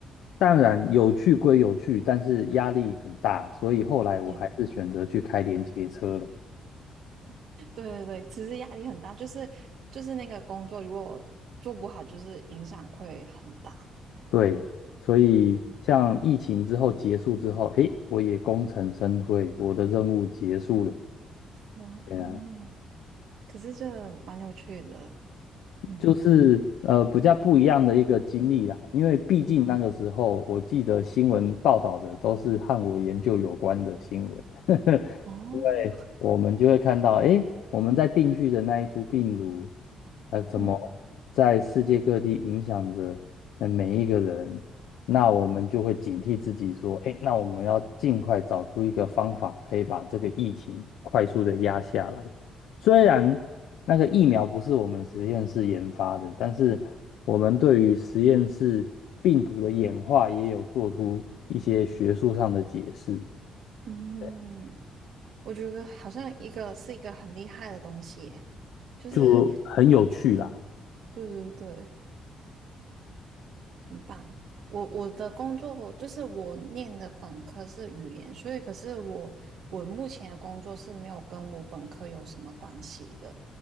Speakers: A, on the left; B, on the right.
A: 当然有趣归有趣，但是压力很大，所以后来我还是选择去开连接车了。
B: 也对 <laughs> 对对对，其实压力很大，就是就是那个工作如果做不好，就是影响会很大。
A: 对，所以像疫情之后结束之后，
B: 对，
A: 诶，我也功成身退，我的任务结束了。
B: 嗯嗯。
A: 对呀，
B: 可是这蛮有趣的，嗯
A: 就是呃比较不一样的一个经历啦，因为毕竟那个时候我记得新闻报道的都是和我研究有关的新闻，
B: 嗯
A: <laughs>
B: 哦，
A: 我们就会看到，诶，我们在定居的那一株病毒，呃，怎么在世界各地影响着呃每一个人？
B: 嗯
A: 那我们就会警惕自己说，诶，那我们要尽快找出一个方法，可以把这个疫情快速的压下来。虽然那个疫苗不是我们实验室研发的，但是我们对于实验室病毒的演化也有做出一些学术上的解释，
B: 嗯，
A: 对啊
B: 我觉得好像一个是一个很厉害的东西耶就是，
A: 就很有趣啦。
B: 嗯，对对对，很棒。我我的工作就是我念的本科是语言，所以可是我我目前的工作是没有跟我本科有什么关系的。